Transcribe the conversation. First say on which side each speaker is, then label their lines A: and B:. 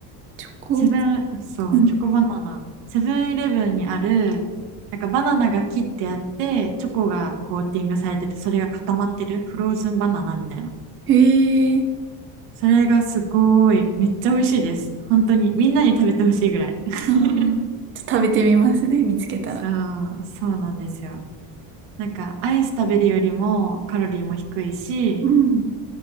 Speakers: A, on the right; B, on the right.
A: チョコ
B: セブン、そう、
A: うん。
B: チョコバナナ、セブンイレブンにある、なんかバナナが切ってあって、チョコがコーティングされてて、それが固まってる、フローズンバナナみたいな。
A: へえ、
B: それがすごい、めっちゃ美味しいです。本当に、みんなに食べてほしいぐらい。<laughs>
A: ああー、ちょっと食べてみますね、見つけたら。
B: そう、そうなんですよ。なんかアイス食べるよりもカロリーも低いし、
A: うん。